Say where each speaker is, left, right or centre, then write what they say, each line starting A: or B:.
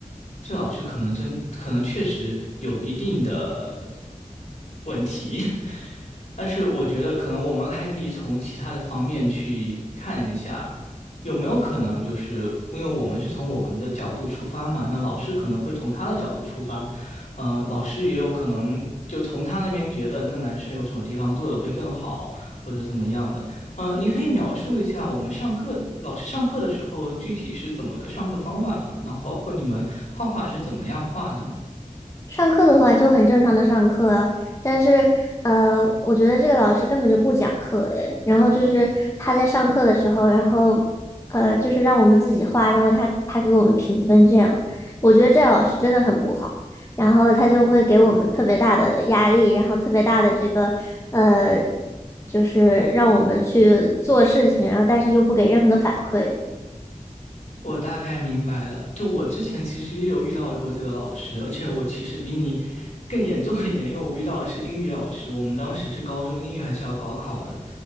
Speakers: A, on the left; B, on the left.
A: 这老师可能真可能确实有一定的问题。<laughs> 但是我觉得可能我们还可以从其他的方面去看一下，有没有可能就是因为我们是从我们的角度出发嘛，那老师可能会从他的角度出发，嗯、老师也有可能就从他那边觉得那个男生有什么地方做的会更好，或者怎么样的。呃，你可以描述一下我们上课，老师上课的时候具体是怎么个上课方法嘛，然后包括你们画画是怎么样画的呢？
B: 上课的话就很正常的上课啊，但是呃，我觉得这个老师根本就不讲课诶，然后就是他在上课的时候，然后呃，就是让我们自己画，然后他他给我们评分这样，我觉得这老师真的很不好，然后他就会给我们特别大的压力，然后特别大的这个呃，就是让我们去做事情，然后但是又不给任何的反馈，
A: 我大概明白了，就我之前其实也有遇到过这个老师，而且我其实比你更严重一点，因为我遇到的是英语老师，我们当时是高中英语还是要高考的，